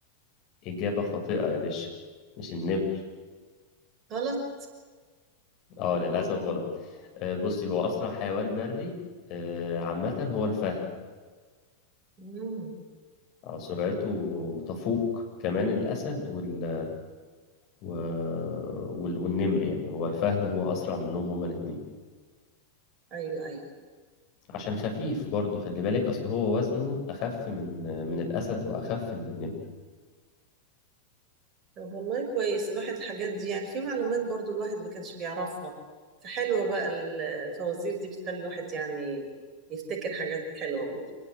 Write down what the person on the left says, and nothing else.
اجابه خاطئه يا باشا مش النمر
اه للاسف غلط آه بصي هو اسرع حيوان بري آه عامه هو الفهد
آه سرعته بتفوق كمان الاسد وال و... وال- والنمر يعني هو الفهد هو أسرع منهم هما الاتنين
عشان خفيف برضو خلي بالك أصل هو وزنه أخف من من الأسد وأخف من النمر